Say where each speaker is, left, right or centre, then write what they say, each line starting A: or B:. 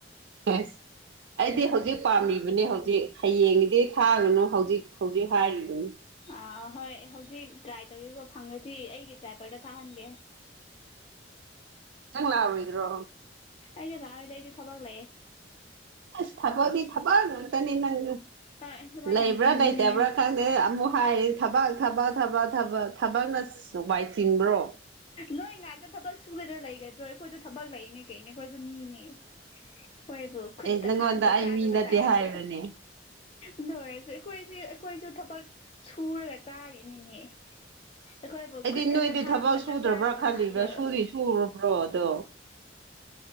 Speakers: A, on the right (about 75°); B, on the left (about 35°).
A: ꯑꯦꯁ
B: <unintelligible>
A: ꯑꯩꯗꯤ ꯍꯧꯖꯤꯛ ꯄꯥꯝꯂꯤꯕꯅꯤ ꯍꯧꯖꯤꯛ ꯍꯌꯦꯡꯒꯤꯗꯤ ꯊꯥꯒꯅꯨ ꯍꯧꯖꯤꯛ ꯍꯧꯖꯤꯛ ꯍꯥꯏꯔꯤꯕꯅꯤ
B: ꯑꯥ ꯍꯣꯏ ꯍꯧꯖꯤꯛ ꯇ꯭ꯔꯥꯏ ꯇꯧꯒꯦꯀꯣ ꯐꯪꯉꯗꯤ ꯑꯩꯒꯤ ꯗ꯭ꯔꯥꯏꯚꯔꯗ ꯊꯥꯍꯟꯒꯦ
A: ꯆꯪꯂ ꯂꯥ ꯑꯣꯏꯣꯏꯗ꯭ꯔꯣ
B: ꯑꯩꯗꯤ ꯂꯥꯛꯑꯣꯏꯗꯥ ꯑꯩꯗꯤ ꯊꯕꯥꯛ ꯂꯩꯑꯦ
A: ꯑꯁ ꯊꯕꯛꯗꯤ ꯊꯕꯛ ꯉꯥꯛꯇꯅꯦ ꯅꯪꯖꯨ
B: ꯍꯣꯏ ꯑꯗꯨꯃꯥꯏ
A: ꯂꯩꯕ꯭ꯔꯥ
B: ꯌꯥꯝ ꯆꯤꯟꯕꯅꯦ
A: ꯂꯩꯇꯕ꯭ꯔꯥ ꯈꯪꯗꯦ ꯑꯃꯨꯛ ꯍꯥꯏꯔꯤ ꯊꯕꯛ ꯊꯕꯛ ꯊꯕꯛ ꯊꯕꯛꯅ <unintelligible> ꯊꯤꯟꯕ꯭ꯔꯣ
B: ꯅꯣꯏ ꯉꯥꯏꯥꯛꯇ ꯊꯕꯛ ꯁꯨꯒꯗ꯭ꯔꯥ ꯂꯩꯒꯗ꯭ꯔꯣ ꯑꯩꯈꯣꯏꯁꯨ ꯊꯕꯛ ꯂꯩꯅꯦ ꯀꯩꯅꯦ ꯑꯩꯈꯣꯏꯁꯨ ꯃꯤꯅꯦ ꯍꯣꯏꯕꯨ ꯈꯨꯠꯇ
A: ꯑꯦ ꯅꯪꯉꯣꯟꯗ
B: ꯍꯥꯥꯝꯃꯥꯒ
A: ꯑꯩ
B: <unintelligible> ꯇꯥꯏꯄ
A: ꯃꯤ ꯅꯠꯇꯦ
B: ꯇꯥ
A: ꯍꯥꯏꯕ꯭ꯔꯅꯦ
B: ꯟꯗꯨ ꯑꯣꯏꯔꯁꯨ ꯑꯩꯈꯣꯏꯁꯨ ꯑꯩꯈꯣꯏꯁꯨ ꯊꯕꯛ ꯁꯨꯔꯒ ꯆꯥꯔꯤꯅꯤꯅꯦ ꯑꯩꯈꯣꯏꯕꯨ
A: ꯑꯩꯗꯤ
B: ꯈꯨꯠ ꯈꯛꯇ
A: ꯅꯣꯏꯗꯤ
B: ꯍꯥꯝꯃꯒ
A: ꯊꯕꯛ ꯁꯨꯗ꯭ꯔꯕ꯭ꯔꯥ
B: ꯆꯥꯛ ꯆꯥꯗꯕ
A: ꯈꯜꯂꯤꯕ꯭ꯔꯥ
B: ꯃꯥꯟꯕ꯭ꯔꯣ
A: ꯁꯨꯔꯤ ꯁꯨꯔꯕ꯭ꯔꯣ ꯑꯗꯣ